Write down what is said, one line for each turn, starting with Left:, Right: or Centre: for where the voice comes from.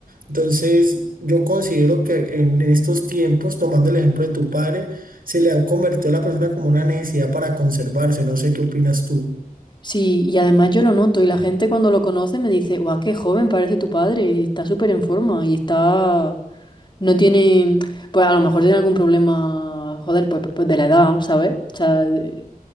Right: Entonces yo considero que en estos tiempos, tomando el ejemplo de tu padre, se le ha convertido a la persona como una necesidad para conservarse, no sé qué opinas tú.
Left: Sí, y además yo lo noto y la gente cuando lo conoce me dice, guau, qué joven parece tu padre, y está súper en forma y está... No tiene... Pues a lo mejor tiene algún problema, joder, pues, pues de la edad, ¿sabes? O sea, de-